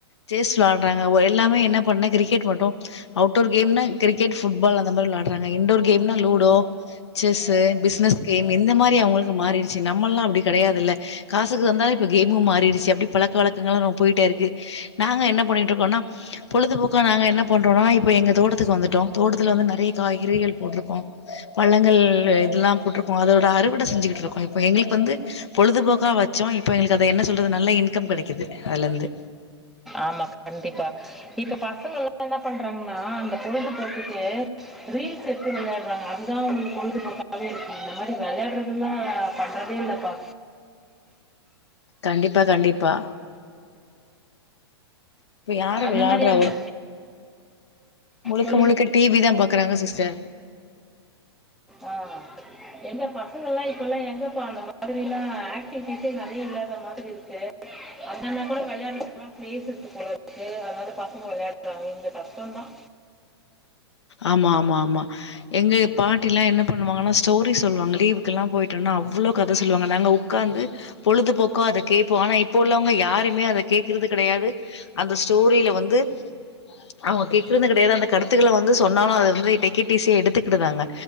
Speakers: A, on the left; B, in the centre.
A: செஸ் விளையாடுறாங்க எல்லாமே என்ன பண்ணா கிரிக்கெட் மட்டும் அவுட்டோர் கேம்னா கிரிக்கெட் ஃபுட்பால் அந்த மாரி விளாடுறாங்க இன்டோர் கேம்னா லுடோ செஸ்ஸு பிசினஸ் கேம் இந்த மாரி அவங்களுக்கு மாறிடுச்சு நம்ம எல்லாம் அப்டி கிடையாதுல்ல காசுக்கு வந்தாலும் இப்ப கேமு மாறிடுச்சு அப்டி பழக்க வழக்கங்கலா போயிட்டே இருக்கு நாங்க என்ன பண்ணிட்டுருக்கோன்னா பொழுதுபோக்கா நாங்க என்ன பண்றோம்னா இப்ப எங்க தோட்டத்துக்கு வந்துட்டோம் தோட்டத்துல வந்து நறைய காய்கறிகள் போட்டிருக்கோம் பள்ளங்கள் இதெல்லாம் போட்டிருக்கோம் அதோட அறுவடை செஞ்சுகிட்டு இருக்கோம் இப்போ எங்களுக்கு வந்து பொழுதுபோக்கா வச்சோம் இப்ப எங்களுக்கு அது என்ன சொல்றது நல்ல இன்கம் கிடைக்குது அதுல இருந்து
B: ஆமா கண்டிப்பா இப்ப பசங்க எல்லாம் என்ன பண்றாங்கன்னா அந்த பொழுது போக்குக்கு ரீல்ஸ் எடுத்து விளையாடுறாங்க அதுதான் அவுங்களுக்கு பொழுதுபோக்காவே இருக்கு இந்த மாரி விளையாடுறது எல்லாம் பண்றதே இல்லைப்பா
A: கண்டிப்பா கண்டிப்பா இப்ப யாரு
B: அந்த
A: விளயாடுரா
B: மாதிரி அங்க
A: முழுக்க
B: சொல்லுங்க
A: முழுக்க டிவி தான் பாக்குறாங்க சிஸ்டர்
B: ஆ எங்க பசங்கள்லாம் இப்போல்லாஊம் எங்கப்ப அந்த மாதிரிலாம் ஆக்டிவிட்டிஸே நிறைய இல்லாத மாதிரி ஏ அதனால கூட விளையாடுறது எல்லாம் ஸாுுஉஉஉஐபேல்லஸ்ல்ல கூட இருக்கு அதனதுவ் பசங்க விளையாடுறாங்க இங்க கஷ்டம்்தான்
A: ஆமா ஆமா ஆமா எங்க பாட்டில்லாம் என்ன பண்ணுவாங்கன்னா ஸ்டோரி சொல்லுவாங்க லீவுக்குெல்லாம் போய்ட்டா அவ்ளோ கதை சொல்லுவாங்க‌ நாங்க ஒ ஒக்காந்து பொழுதுபோக்க அதை கேட்போம் ஆனா இப்ப உள்ளவங்க யாருமே அத கேட்கறது கிடையாது அந்த ஸ்டோரியில வந்து அவங்க கேக்கறது கிடையாது அந்த கருத்துக்கள வந்து வந்து சொன்னாலும் அத வந்து டேக் இட்‌ ஈசிய எடுத்துக்கிதாங்க